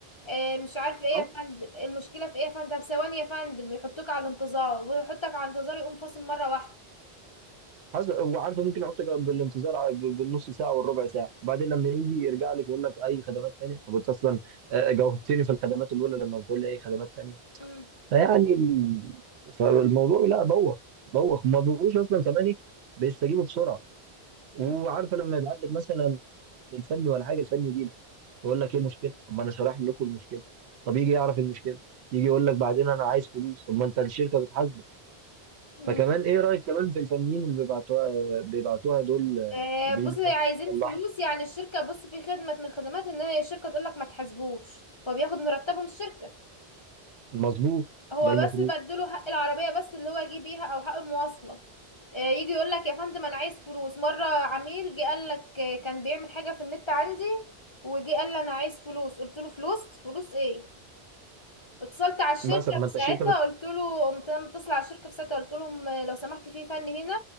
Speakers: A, on the left (about 35°); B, on the right (about 85°).
A: آه، مش عارفه ايه
B: اه
A: يا فندم المشكله في ايه يا فندم طب ثواني يا فندم يحطوك على الانتظار ويحطك على الانتظار يقوم فاصل مره واحده
B: حسب وعارفه ممكن يحطك بالانتظار على- بالنص ساعه والربع ساعه وبعدين لما يجي يرجع لك يقول لك اي خدمات تانية طب انت اصلا آه، آه، جاوبتني في الخدمات الاولى لما بتقول لي اي خدمات تانية
A: مم.
B: فيعني ال- فالموضوع لا بوخ بوخ وما بيبقوش اصلا كمان ايه بيستجيبوا بسرعه وعارفه
A: مم.
B: لما يبعت لك مثلا الفني ولا حاجه الفني يجي يقول لك ايه المشكله طب ما انا شارح لكم المشكله طب يجي يعرف المشكله يجي يقول لك بعدين انا عايز فلوس طب ما انت الشركه بتحاسبك
A: مم.
B: فكمان ايه رايك كمان في الفنيين اللي بيبعتوها بيبعتوها دول آه،
A: آه،
B: وبيجوا
A: بص عايزين
B: مثلا يصلحوا
A: فلوس يعني الشركه بص في خدمه من الخدمات ان هي الشركه تقول لك ما تحاسبوش هو بياخد مرتبه من الشركه
B: مظبوط
A: هو
B: ده المفروض
A: بس بديله حق العربيه بس اللي هو يجي بيها او حق المواصله آه، يجي يقول لك يا فندم انا عايز فلوس مره عميل جه قال لك آه، كان بيعمل حاجه في النت عندي وجي قال لي انا عايز فلوس قلت له فلوس فلوس ايه اتصلت على الشركه
B: مثلا ما
A: في
B: انت
A: ساعتها
B: الشركه بت...
A: قلت له قمت انا متصله على الشركه في ساعتها قلت لهم آه، لو سمحت في فن هنا